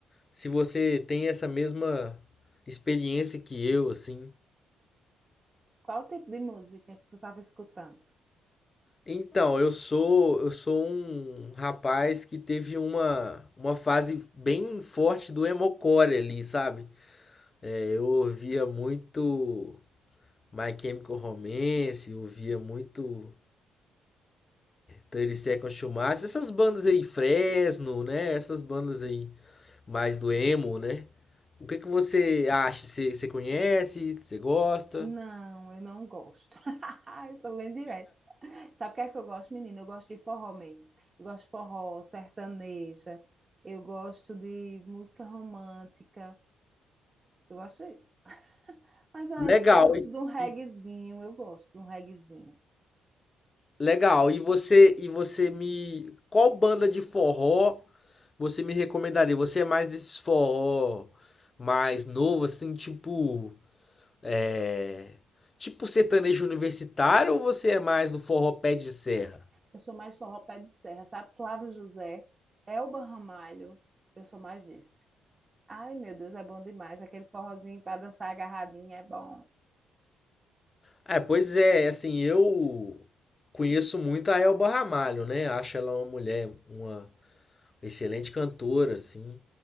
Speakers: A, on the left; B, on the right.
A: se você tem essa mesma experiência que eu, assim.
B: Qual o tipo de música que tu estava escutando?
A: Então, eu sou, eu sou um rapaz que teve uma, uma fase bem forte do emocore ali, sabe? É, eu ouvia muito My Chemical Romance, eu ouvia muito 30 Seconds to Mars, essas bandas aí, Fresno, né? Essas bandas aí mais do emo, né? O que que você acha? Você você conhece? Você gosta?
B: Não, eu não gosto. <laughs> Eu sou bem direta. Sabe o que é que eu gosto, menina? Eu gosto de forró mesmo. Eu gosto de forró, sertaneja. Eu gosto de música romântica. Eu gosto disso. Mas eu ainda
A: Legal.
B: Não. gosto
A: E,
B: de um reguezinho,
A: e-
B: eu gosto de um reguezinho.
A: legal. E você e você me qual banda de forró você me recomendaria? Você é mais desses forró mais novo assim, tipo é, tipo sertanejo universitário ou você é mais do forró pé de serra?
B: Eu sou mais forró pé de serra, sabe? Flávio José, Elba Ramalho, eu sou mais desse. Ai, meu Deus, é bom demais. Aquele forrozinho para dançar agarradinho é bom.
A: É, pois é, assim, eu conheço muito a Elba Ramalho, né? Acho ela uma mulher, uma excelente cantora, assim.